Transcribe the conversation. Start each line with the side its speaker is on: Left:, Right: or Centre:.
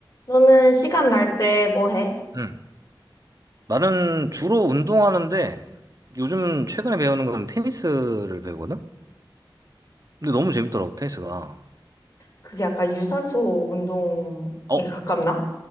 Left: 너는 시간 날 때 뭐 해?
Right: 음. 나는 주로 운동하는데 요즘 최근에 배우는 건 테니스를 배우거든? 근데 너무 재밌더라고, 테니스가.
Left: 그게 약간 유산소 운동에
Right: 어,
Left: 가깝나?